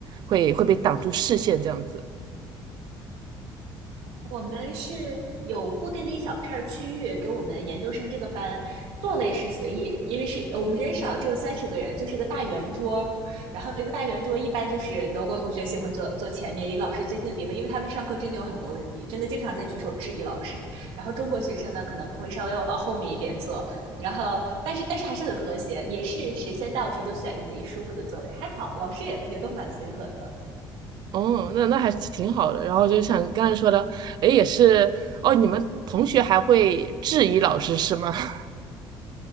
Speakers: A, on the right; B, on the right.
A: 会会被挡住视线这样子。
B: 我们是有固定的一小片儿区域给我们研究生这个班，座位是随意，因为是呃我们人少，只有三十个人，就是一个大圆桌，然后一个大圆桌一般就是德国同学喜欢坐坐前面，离老师最近的地方，因为他们上课真的有很多问题，真的经常在举手质疑老师。然后中国学生呢可能会稍微往后面一点坐，然后但是但是还是很和谐，也是谁先到谁就选一个自己舒服的座位，还好老师也也都蛮随和的。
A: 哦，那那还是挺好的。然后就像你刚才说的，哎，也是哦，你们同学还会质疑老师是吗？<laughs>